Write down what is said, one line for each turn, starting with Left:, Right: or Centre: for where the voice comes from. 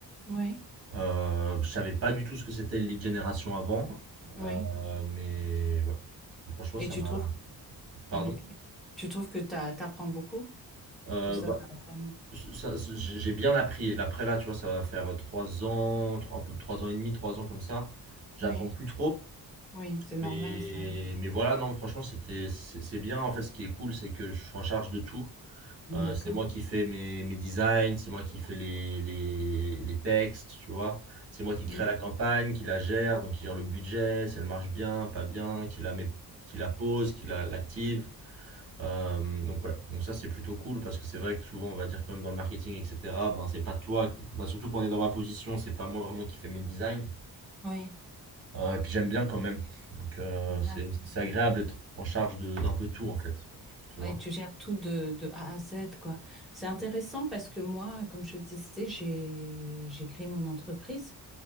Centre: Oui.
Right: Euh, je savais pas du tout ce que c'était le lead generation avant,
Centre: Oui.
Right: euh, mais ouais. Franchement,
Centre: Et
Right: ça
Centre: tu
Right: m'a.
Centre: trouves
Right: Pardon?
Centre: Ouais. Tu trouves que t'as t'apprends beaucoup?
Right: Euh,
Centre: Que ça
Right: bah,
Centre: t'a vraiment...
Right: ça- j'ai bien appris. Et Après là, tu vois, ça va faire trois ans, trois- un peu trois ans et demi, trois ans comme ça. J'apprends
Centre: Oui,
Right: plus trop,
Centre: oui, c'est normal
Right: mais
Centre: ça,
Right: mais voilà, non, franchement, c'était c'est c'est bien. En fait, ce qui est cool, c'est que je suis en charge de tout.
Centre: oui.
Right: Euh,
Centre: D'accord.
Right: c'est moi qui fais mes, mes designs, c'est moi qui fais les, les, les textes, tu vois. C'est moi qui crée
Centre: Mm.
Right: la campagne, qui la gère, donc qui gère le budget, si elle marche bien, pas bien, qui la met, qui la pose, qui la, l'active. Euh, donc ouais, donc ça c'est plutôt cool parce que c'est vrai que souvent on va dire quand même dans le marketing, etc., ben c'est pas toi, ben, surtout quand on est dans ma position, c'est pas moi vraiment qui fais mes designs.
Centre: Oui,
Right: Euh, et puis j'aime bien quand même. Donc euh,
Centre: d'accord.
Right: c'est c'est agréable d'être en charge de- d'un peu tout en fait. Tu
Centre: Ouais,
Right: vois?
Centre: tu gères tout de, de A à Z, quoi. C'est intéressant parce que moi, comme je te disais, j'ai j'ai créé mon entreprise.